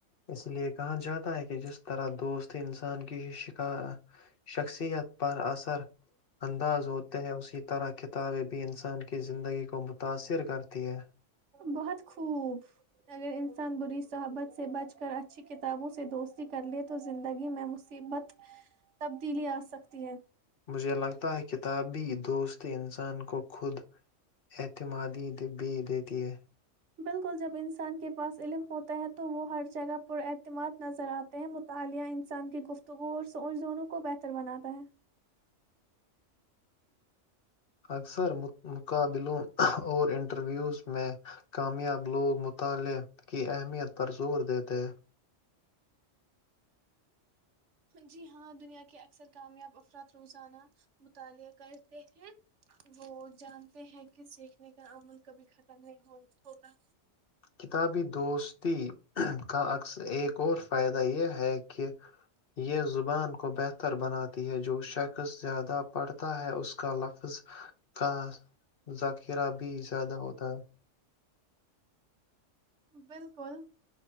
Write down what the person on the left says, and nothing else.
اس لیے کہا جاتا ہے کہ جس طرح دوست انسان کی شکا شخصیت پر اثر انداز ہوتے ہیں اسی طرح کتابیں بھی انسان کی زندگی کو متاثر کرتی ہے
مجھے لگتا ہے کتاب بھی دوست انسان کو خود اعتمادی بھی دیتی ہے
اکثر مقابلوں اور انٹرویوز میں کامیاب لوگ مطالعہ کی اہمیت پر زور دیتے ہیں
کتابی دوستی کا اکثر ایک اور فائدہ یہ ہے کہ یہ زبان کو بہتر بناتی ہے جو شخص زیادہ پڑھتا ہے اس کا لفظ کا ذخیرہ بھی بھی زیادہ ہوتا ہے